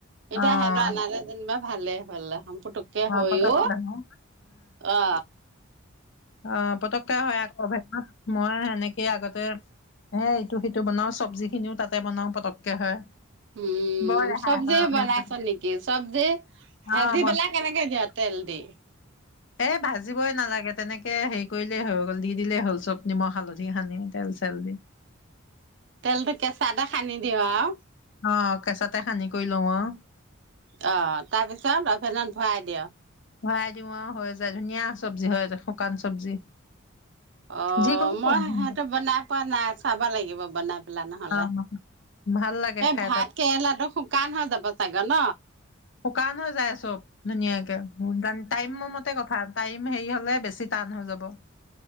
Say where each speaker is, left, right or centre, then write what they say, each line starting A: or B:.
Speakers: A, on the right; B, on the left.
A: এতিয়া
B: অ',
A: সহঁত আল যেনিবা ভালে হ'ল। পুটোকে হৈ
B: পতককে
A: অ
B: হয়,
A: আ
B: অঁ পতকে হয় আকৌ ভ মই সেনেকেই আগতে। হে ইটো সিটো বনাওঁ চবজি খিনিও তাতে বনাওঁ পটককে হয়।
A: উম
B: বৰ ৰেহাই
A: চবজি
B: হয় অভ্যাসটো,
A: বনাইছ নেকি চবজি। ভাজি
B: অ',
A: পেলাই কেনেকে দিয়া তেল দি?
B: এ ভাজিবই নালাগে তেনেকে হেৰি কৰিলেই হৈ গল দি দিলেই হ'ল চব নিমখ হালধি সানি তেল চেল।
A: তেলটো কেঁচা এটা খান্দি দিওঁ আৰু?
B: অ', কেঁচাতে সানি কৰি লওঁ আৰু।
A: অঁ তাৰপিছত অভেনত ভৰাই দিয়ক
B: ভৰাই দিওঁ আৰু হৈ যায় ধুনীয়া চব্জি হয়, শুকান চব্জি।
A: অঁ
B: যিকোনো চব্জি,
A: মই সেইটো বনাই পোৱা নাই, চাব লাগিব বনাই। লা নহলে
B: অ',
A: <inaudible>
B: ভাল লাগে
A: এই
B: খাই
A: ভাতকেৰেলাটো
B: তাত।
A: শুকান হৈ যাব চাগ ন?
B: শুকান হৈ যায় চব ধুনীয়াকে। টাইম মতে কথা টাইম হেৰি হলে বেছি টান হৈ যাব।